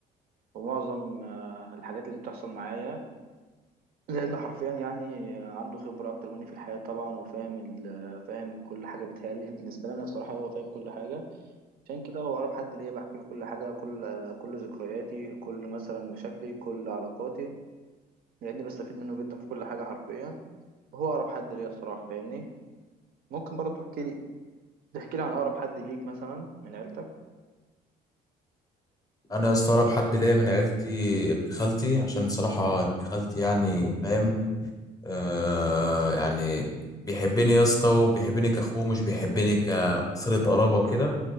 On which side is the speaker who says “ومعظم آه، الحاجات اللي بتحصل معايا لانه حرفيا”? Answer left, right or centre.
Right